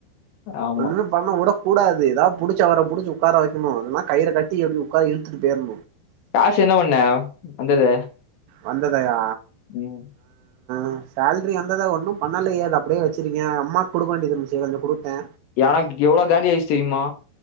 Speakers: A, on the left; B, on the right.
A: ஆமா.
B: ஒன்னுமே பண்ண உடக் கூடாது எதா புடுச்சு அவர புடுச்சு உக்கார வைக்கனு இல்லனா கயிற கட்டி இப்டி உக்காரு இழுத்துட்டு போயிர்
A: காசு என்ன பண்ண வந்தது
B: வந்ததயா
A: ம்
B: ம் சேல்ரி வந்தத ஒன்னு பண்ணலையே அது அப்டியே வச்சிருக்கே அம்மாக்கு குடுக்க வேண்டியது இருந்துச்சு கொஞ்சோ குடுத்தே
A: எனக்கு எவ்ளோ காலியாயிச்சி தெரியுமா